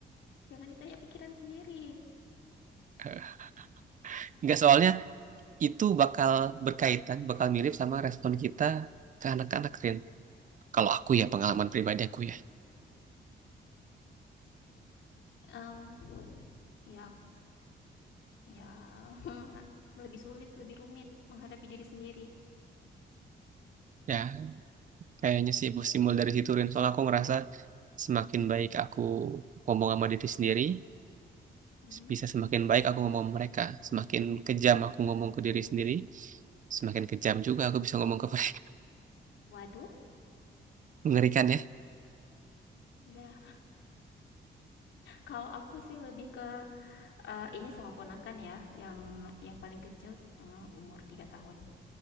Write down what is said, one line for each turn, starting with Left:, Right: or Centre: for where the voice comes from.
Left: jangan ditanya pikiran sendiri
Right: <laughs> Enggak soalnya itu bakal berkaitan, bakal mirip sama respon kita ke anak-anak Rin. Kalau aku ya pengalaman pribadi aku ya,
Left: Um, ya ya <laughs> nggak- lebih sulit lebih rumit menghadapi diri sendiri
Right: ya kayaknya sih simul dari situ Rin. Soalnya aku ngerasa semakin baik aku ngomong sama diri sendiri,
Left: Mhm.
Right: bisa semakin baik aku ngomong ke mereka. Semakin kejam aku ngomong ke diri sendiri, semakin kejam juga aku bisa ngomong ke mereka.
Left: waduh
Right: <laughs> Mengerikan
Left: aduh
Right: ya?
Left: Iya, kalau aku sih lebih ke eh, ini sama ponakan ya, yang yang paling kecil eh, umur 3 tahun.